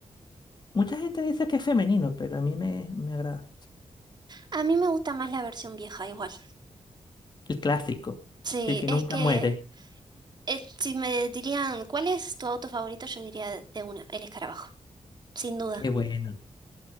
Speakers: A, on the left; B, on the right.
A: Mucha gente dice que es femenino, pero a mí me, me agrada.
B: a mí me gusta más la versión vieja igual.
A: El clásico,
B: Sí,
A: el que
B: es
A: nunca
B: que
A: muere.
B: eh, si me dirían, ¿cuál es tu auto favorito? Yo diría de una, el escarabajo, sin duda.
A: Qué bueno.